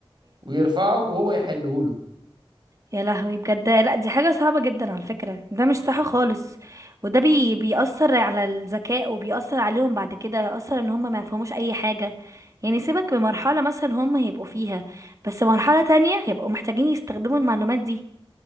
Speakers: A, on the right (about 50°); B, on the right (about 35°).
A: ويرفعه وهو يحله له
B: يا لهوي بجد لا دي حاجة صعبة جدا على فكرة ده مش صح خالص وده بي بيأثر على الذكاء وبيأثر عليهم بعد كده يأثر ان هم ما يفهموش اي حاجة يعني سيبك بمرحلة مثلا هم هيبقوا فيها بس مرحلة تانية هيبقوا محتاجين يستخدموا المعلومات دي